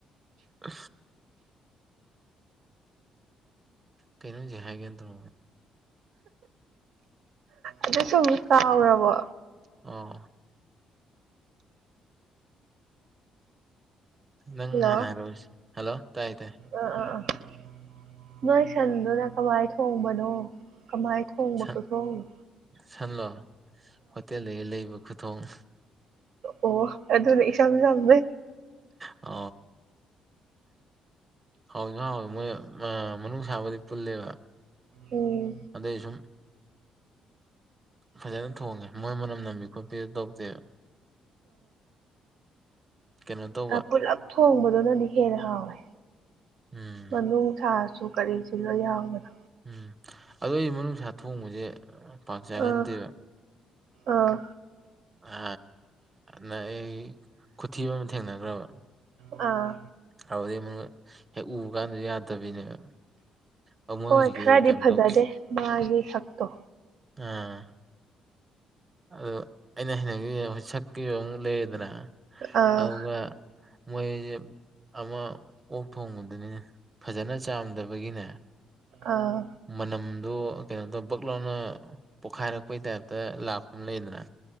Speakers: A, on the right; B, on the right.
A: ꯑ ꯀꯩꯅꯣꯖꯤꯦ ꯍꯥꯏꯒꯦ ꯇ
B: ꯑꯗꯨꯁꯨꯨꯝ ꯀꯥꯎꯔꯕꯣ
A: ꯑ ꯅꯪ
B: ꯍꯜꯂꯣ
A: ꯍꯅꯥꯥꯏꯔꯣ ꯍꯂꯣ ꯇꯥꯏ ꯇꯥꯏ
B: ꯑꯥ ꯑꯥ ꯑꯥ ꯅꯣꯏ ꯁꯟꯗꯨꯅ ꯀꯃꯥꯏ ꯊꯣꯡꯕꯅꯣ ꯀꯃꯥꯏꯅ ꯊꯣꯡꯕꯀꯣ
A: ꯁꯟ
B: ꯊꯣꯡꯏꯤ
A: ꯁꯟꯂꯣ ꯍꯣꯇꯦꯜꯗꯒꯤ ꯂꯩꯕ ꯈꯨꯊꯣꯡ
B: ꯑꯣ ꯑꯗꯨꯅꯦ ꯏꯁꯝ ꯁꯝꯃꯦ
A: ꯑ ꯍꯥꯎꯤ ꯍꯥꯎꯋꯤ ꯃꯣꯏ ꯃꯅꯨꯡ ꯁꯥꯕꯗꯤ ꯄꯨꯜꯂꯦꯕ
B: ꯎꯝ
A: ꯑꯗꯁꯝ ꯐꯖꯅ ꯊꯣꯡꯉꯦ ꯃꯣꯏ ꯃꯅꯝ ꯅꯝꯕꯤ ꯈꯣꯠꯄꯤ ꯑꯗꯨ ꯇꯧꯗꯦ ꯀꯩꯅꯣ ꯇꯧꯕ
B: ꯄꯨꯂꯞ ꯊꯣꯡꯕꯗꯨꯅꯗꯤ ꯍꯦꯟꯅ ꯍꯥꯎꯋꯦ
A: ꯎꯝ
B: ꯃꯅꯨꯡ ꯊꯥꯁꯨ ꯀꯔꯤꯁꯤꯂꯣ ꯌꯥꯎꯕꯅꯣ
A: ꯎꯝ ꯑꯗꯣ ꯑꯩ ꯃꯅꯨꯡꯅꯨꯡꯁꯥ ꯊꯣꯡꯕꯁꯦ ꯄꯥꯛ ꯆꯒꯗꯕ
B: ꯑꯥ ꯑꯥ
A: ꯑ ꯅ ꯑꯩ ꯈꯨꯊꯤꯕ ꯑꯃ ꯊꯦꯡꯅꯈ꯭ꯔꯕ
B: ꯑꯥ
A: ꯍꯥꯎꯗ ꯍꯦꯛ ꯎꯕ ꯀꯥꯟꯗ ꯌꯥꯗꯕꯤꯅꯦꯕ ꯑꯗꯨ ꯃꯣꯏ
B: ꯍꯣꯏ
A: ꯍꯧꯖꯤꯛꯀꯤꯗꯤ
B: ꯈꯔꯗꯤ
A: ꯀꯩꯝ
B: ꯐꯖꯗꯦ
A: ꯇꯧꯗꯦ
B: ꯃꯥꯒꯤ ꯁꯛꯇꯣ
A: ꯑꯥ ꯑꯗꯨ ꯑꯩꯅ ꯍꯩꯅꯈꯤꯕꯗ ꯍꯧꯖꯤꯛ ꯁꯛꯈꯤꯕ ꯑꯃꯨꯛ ꯂꯩꯌꯦꯗꯅ
B: ꯑꯥ
A: ꯑꯗꯨꯒ ꯃꯣꯏꯦ ꯑꯃ ꯑꯣꯛ ꯊꯣꯡꯕꯗꯨꯅꯤꯅꯦ ꯐꯖꯅ ꯆꯥꯝꯗꯕꯒꯤꯅꯦ
B: ꯑꯥ
A: ꯃꯅꯝꯗꯨ ꯀꯩꯅꯣꯗꯣ ꯕꯛ ꯂꯥꯎꯅ ꯄꯣꯈꯥꯏꯔꯛꯄꯩ ꯇꯥꯏꯞꯇ ꯂꯥꯛꯄ ꯑꯃ ꯂꯩꯗꯅ